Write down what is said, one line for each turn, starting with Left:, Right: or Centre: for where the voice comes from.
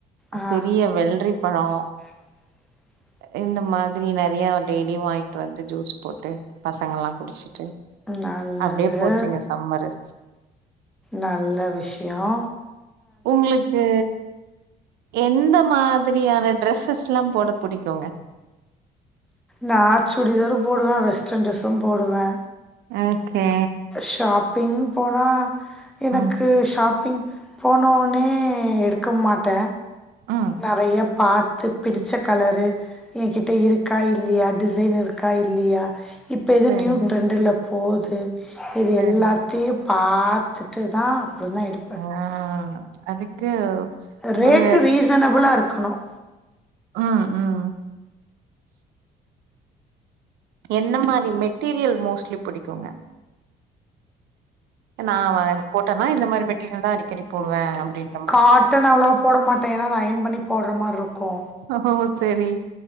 Centre: ஆ
Right: பெரிய வெள்ரி பலோ
Centre: <inaudible>
Right: இந்த மாதிரி நெறைய டெய்லியு வாங்கிட்டு வந்து ஜூஸ் போட்டு பசங்க எல்லா குடிச்சி ட்டு
Centre: நல்லது
Right: அப்டியே போச்சிங்க சம்மரு
Centre: நல்ல விஷ்யோ
Right: உங்களுக்கு எந்த மாதிரியான ட்ரெஸ்ஸஸ்ல்லா போட புடிக்குங்க
Centre: நா சுடிதாரு போடுவே வெஸ்டர்ன் ட்ரெஸ்ஸு போடுவே
Right: ஆகே
Centre: ஷாப்பிங் போனா எனக்கு
Right: ம்
Centre: ஷாப்பிங் போனோனே எடுக்கமாட்ட
Right: ஆ
Centre: நறையா பாத்து பிடிச்ச கலரு என் கிட்ட இருக்கா இல்லீயா டிசைன் இருக்கா இல்லீயா இப்ப எது
Right: சரி
Centre: நியூ ட்ரெண்டுல போது இது
Right: சரி
Centre: எல்லாத்தியு பாத்துட்டு தான் அப்புடி தான் எடுப்
Right: ஆ அதுக்கு
Centre: ரேட்டு
Right: ஒரு
Centre: ரீசனபுளாக இருக்கணும்
Right: ம் ம் என்ன மாரி மெட்டீரியல் மோஸ்ட்லி புடிக்குங்க நா போட்டேனா இந்த மாரி மெட்டீரியல் தான் அடிக்கடி போடுவேன் அப்டின்னு
Centre: காட்டன் அவ்ளவா போட மாட்டேன் ஏன்னா அத அயன் பண்ணி போடுற மாரி இருக்கோ
Right: ஓ சரி